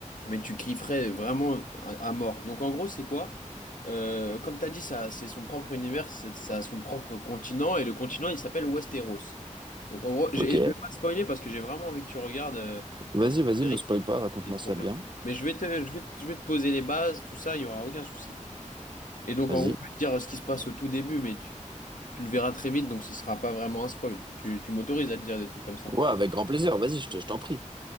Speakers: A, on the left; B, on the right.
A: Mais tu kifferais vraiment à, à mort. Donc en gros, c'est quoi? Euh, comme tu as dit, ça, c'est son propre univers, c'est, ça a son propre continent, et le continent, il s'appelle Westeros. Donc en gros, j'ai-
B: Ok.
A: je vais pas te spoiler parce que j'ai vraiment envie que tu regardes euh, cette
B: Vas-y, vas-y,
A: série
B: me spoil
A: qui est,
B: pas, raconte-moi
A: qui est trop
B: ça
A: bien.
B: bien.
A: Mais je vais te, je vais, te- je vais te poser les bases, tout ça, il y aura aucun souci. Et donc
B: Vas-y.
A: en gros, je vais te dire euh, ce qui se passe au tout début, mais tu, tu le verras très vite, donc ce sera pas vraiment un spoil. Tu, tu m'autorises à te dire des trucs comme ça.
B: Ouais, avec grand plaisir, vas-y, je te- je t'en prie.